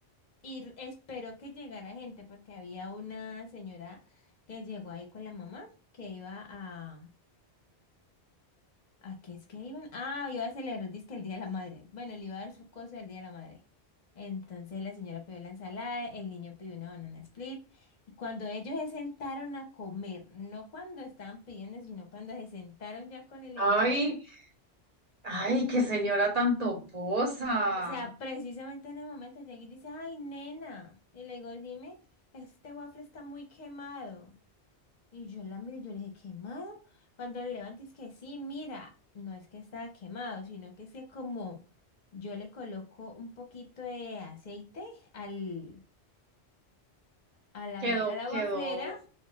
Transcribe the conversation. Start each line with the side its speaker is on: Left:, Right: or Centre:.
Left: y r- esperó que llegara gente, porque había una señora que llegó ahí con la mamá, que iba a, ¿A qué es que iban? Ah, iba a celebrar, dizque el Día de la Madre. Bueno, le iba a dar su cosa del Día de la Madre. Entonces la señora pidió la ensalada, el niño pidió una banana split. Y cuando ellos se sentaron a comer, no cuando estaban pidiendo, sino cuando se sentaron ya con el
Right: Ay,
Left: helado ahí.
Right: ay,
Left: Ujú.
Right: qué señora tan toposa.
Left: O sea, precisamente en el momento llegué y dice, ay, nena. Y le digo, dime, este waffle está muy quemado. Y yo la miré, yo le dije, ¿quemado? Cuando le levanté es que sí, mira, no es que estaba quemado, sino que es que como yo le coloco un poquito de aceite al, a la,
Right: Quedó,
Left: a la
Right: quedó,
Left: waflera